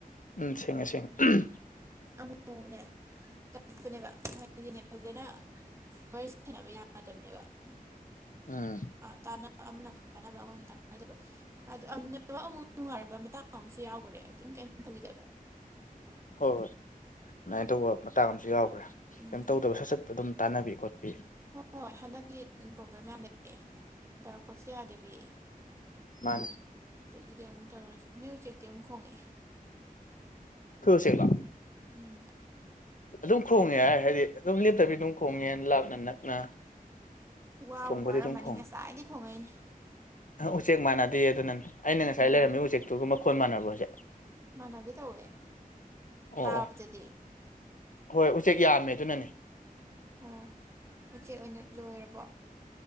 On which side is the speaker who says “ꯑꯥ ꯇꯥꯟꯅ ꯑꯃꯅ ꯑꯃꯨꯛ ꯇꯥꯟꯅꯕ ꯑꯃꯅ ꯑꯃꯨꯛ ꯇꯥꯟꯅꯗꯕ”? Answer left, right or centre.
Right